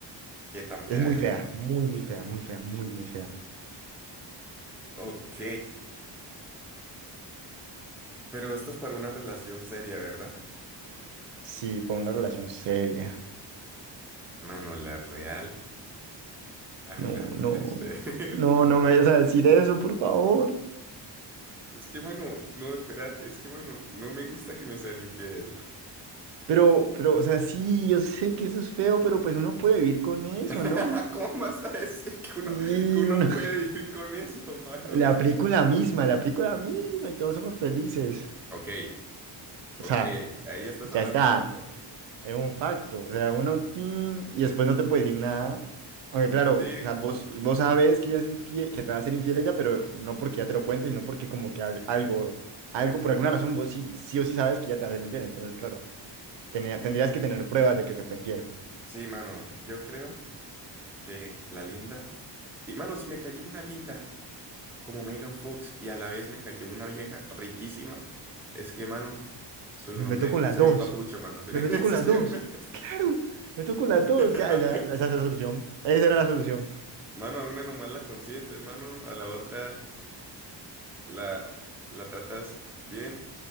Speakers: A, in the centre; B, on the right.
A: ¿qué tan fea
B: Es muy
A: es?
B: fea, muy, muy fea, muy fea, muy, muy fea.
A: Ok. Pero esto es para una relación seria, ¿verdad?
B: Sí, para una relación seria.
A: Mano, la real, hablándote
B: No, no,
A: serio.
B: no,
A: <laughs>
B: no me vayas a decir eso, por favor.
A: Es que, mano, no, espérate, es que, mano, no me gusta que me sean infiel.
B: Pero, pero, o sea, sí, yo sé que eso es feo, pero pues uno puede vivir con eso,
A: <laughs>
B: ¿no? Uno-
A: ¿Cómo vas a decir que uno,
B: y
A: que uno
B: uno,
A: puede vivir con eso, <laughs> mano?
B: <laughs> le aplico la misma, le aplico la misma y todos somos felices.
A: Ok, ok,
B: O sea,
A: ahí ya estás
B: ya
A: hablando
B: está,
A: facto.
B: es un facto. O sea, uno, tin, y después no te puede decir nada. Aunque claro,
A: Sí,
B: o sea, vos, vos sabes que ella es infiel, que te va a ser infiel ella, pero no porque ella te lo cuente, sino porque como que al- algo, algo, por alguna razón, vos sí, sí o sí sabes que ella te va a ser infiel. Entonces, claro, tenía- tendrías que tener pruebas de que te fue infiel.
A: sí, mano, yo creo. que la linda. Y mano, si me cayó una linda como Megan Fox y a la vez me cayó una vieja riquísima, es que, mano, soy
B: Me
A: un
B: meto
A: hombre,
B: con las
A: soy
B: dos.
A: un papucho, mano, soy,
B: Me
A: <laughs>
B: meto con
A: soy
B: las dos.
A: un bebé.
B: Claro, me meto con las dos.
A: <laughs>
B: Ya, ya, esa es la solución. Esa era la solución.
A: Mano, a una nomás la consientes, mano, a la otra la, la tratas bien